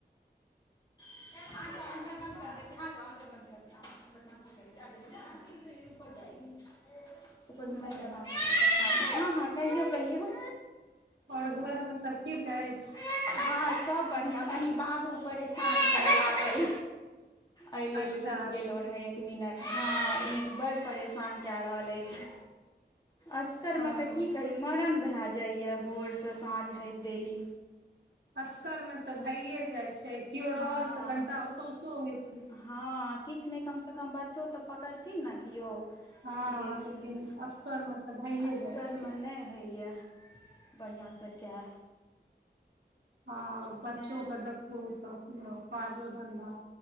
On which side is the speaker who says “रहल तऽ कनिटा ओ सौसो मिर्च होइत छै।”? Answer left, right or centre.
Right